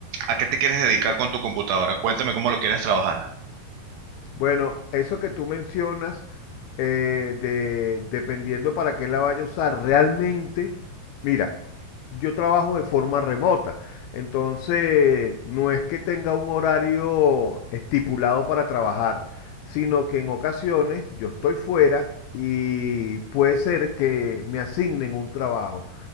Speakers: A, on the right; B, on the left.
A: a qué te quieres dedicar con tu computadora? Cuéntame cómo lo quieres trabajar.
B: Bueno, eso que tú mencionas, eh, de, dependiendo para qué la vaya a usar, realmente, mira, yo trabajo de forma remota, entonces no es que tenga un horario estipulado para trabajar, sino que en ocasiones yo estoy fuera y puede ser que me asignen un trabajo.